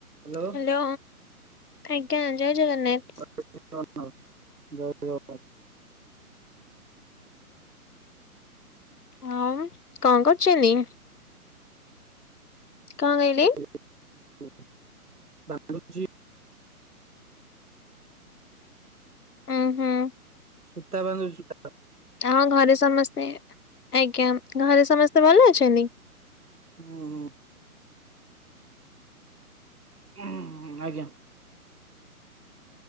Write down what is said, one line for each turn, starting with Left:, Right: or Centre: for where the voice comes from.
Right: Hello.
Left: Hello ଆଜ୍ଞା ଜୟ୍ ଜଗନ୍ନାଥ୍।
Right: <unintelligible>
Left: ଆଉ କଣ କର୍ଚନ୍ତି। କଂ କଇଲେ।
Right: <unintelligible>
Left: ଉଁ ହୁଁ।
Right: ସୂତା ବାନ୍ଧୁ ସୂତା।
Left: ହଁ ଘରେ ସମସ୍ତେ ଆଜ୍ଞା ଘରେ ସମସ୍ତେ ଭଲ ଅଛନ୍ତି।
Right: ହୁଁ ହୁଁ। ହ ଆଜ୍ଞା।